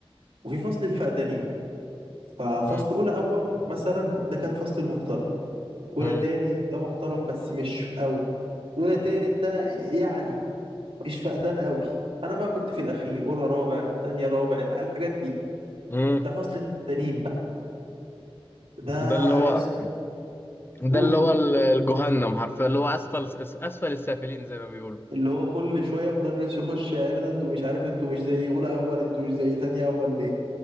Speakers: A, on the right (about 70°); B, on the left (about 20°).
A: وفي فصل الفقدانين ففصل
B: امم
A: اولى اول مثلا ده كان فصل المحترم اولى
B: امم
A: تاني ده محترم بس مش قوي اولى تالت ده يعني مش فقدان قوي انا بقى كنت في الاخير اولى رابع تانية رابع الح- الحاجات دي
B: امم
A: ده فصل التانيين بقى ده
B: ده اللي هو
A: يا اسطى
B: ده
A: قولوا
B: اللي هو ال- الجهنم حرفيا اللي هو اسفل اسفل السافلين زي ما بيقولوا
A: اللي هو كل شويه مدرس يخش يعيرنا انتوا مش عارف انتوا مش زي اولى اول انتوا مش زي تانية اول ليه